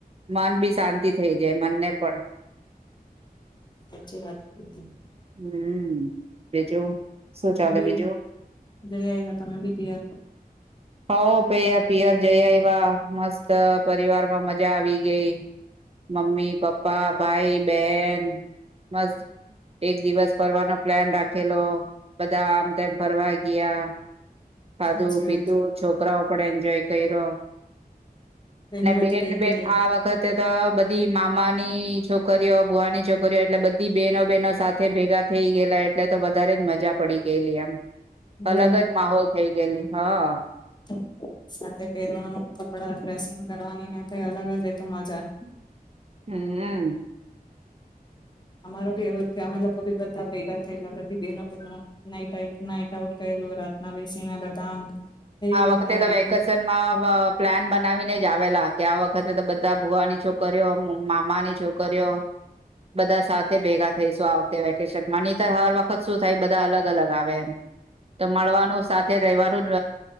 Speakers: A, on the right; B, on the left.
A: માન બી. શાંતિ થઈ જાય મનને પણ.
B: સાચી વાત કરી.
A: હમ બીજુ. શું
B: તમે
A: ચાલે
B: બી
A: બીજું?
B: જઈ આવ્યા તમે બી તૈયાર
A: હ પયા પિયર જયા એવા. મસ્ત પરિવાર માં મજા આવી ગઈ. મમ્મી પપ્પા ભાઈ. બેન મસ્ત. એક દિવસ ફરવાનો પ્લાન રાખેલો બધા આમ તેમ ફરવા ગયા. ખાધું
B: સાચી
A: પીધું
B: વાત
A: છોકરાઓ પણ એન્જોય કર્યો
B: બહેનો બધી
A: બેન
B: ભેગી
A: બેન
B: થ
A: આ વખત. તો બધી મામાની છોકરીઓ ભુવાની છોકરીઓ એટલે બધી બહેનો બહેનો સાથે ભેગા થઈ ગયેલા એટલે તો વધારે જ મજા પડી ગયેલી એમ.
B: બહુ
A: અલગ જ માહોલ થઈ ગયેલી. હા.
B: હમ. સાથે પહેરવાનું આપડા ડ્રેસિંગ કરવાની ને કઈ અલગ જ એ તો મજા.
A: હમ.
B: અમારો બી એવું અમે લોકો બધા ભેગા થયેલા બે નાટ નાટ નાટ આઉટ કર્યું રાતના બેસીને બધા. રીલો
A: આ વખતે
B: બનાયવી
A: તો વેકેશનમાં પ્લાન બનાવીને. આવેલા કે આ વખતે તો બધા ભુવાની છોકરીઓ મામાની છોકરીઓ બધા સાથે ભેગા થઈશું આ વખતે વેકેશનમા. માની તો હર વખત શું થાય બધા અલગ અલગ આવે એમ. તો મળવાનું સાથે રવાનું જ.